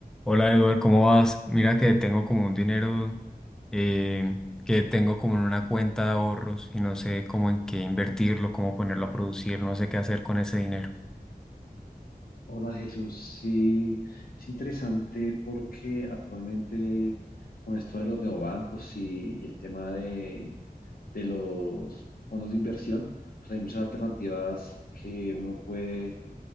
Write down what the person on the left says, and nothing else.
Hola Jesús, sí, es interesante porque actualmente con esto de los neobancos y el tema de, de los fondos de inversión, pues hay muchas alternativas que uno puede